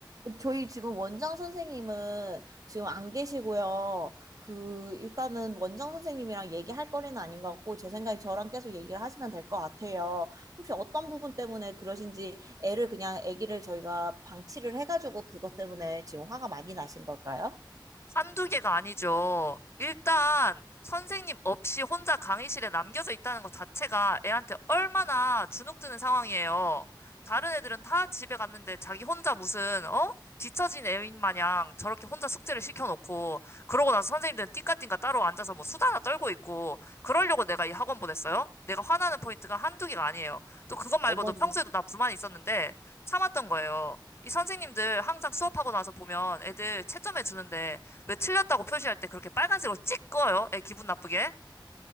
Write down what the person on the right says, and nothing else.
저희 지금 원장 선생님은 지금 안 계시고요. 그, 일단은 원장 선생님이랑 얘기할 거리는 아닌 것 같고, 제 생각에 저랑 계속 얘기를 하시면 될 것 같아요. 혹시 어떤 부분 때문에 그러신지, 애를 그냥, 아기를 저희가 방치를 해가지고 그것 때문에 지금 화가 많이 나신 걸까요?
어머니